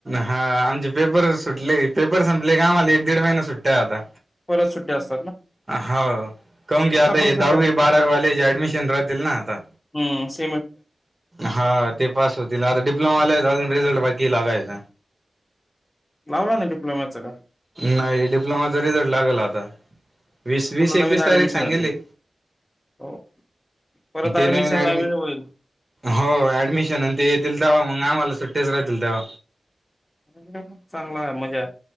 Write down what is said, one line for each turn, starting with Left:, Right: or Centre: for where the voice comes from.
Right: हा आमचे पेपर सुटले पेपर संपले का आमला एक दीड महिना सुट्ट्या आता
Left: परत सुट्टी असत
Right: हो काून की आता
Left: पण
Right: हे
Left: सुट्ट्या
Right: दहावी बारावीवालेज ऍडमिशन राहतील ना आता
Left: हम स
Right: हा ते पास होतील आता डिप्लोमा अ रिझलट बाकी लागायेत
Left: लावला नाही डिप्लोम्याचं का
Right: नाही डिप्लोमाचा रिझल्ट लागल आता वीस वीस
Left: पुन्हा
Right: एकवीस
Left: नवीन ऍडमिशन
Right: तारीख सांगेली
Left: होतील हो परत ऍडमिशन
Right: ते नवीन
Left: लावेल
Right: ड
Left: होईल
Right: हो ऍडमिशन ते येतील म कामला सुट्टेच रा दिलतेव
Left: हम् चांगला आहे मजा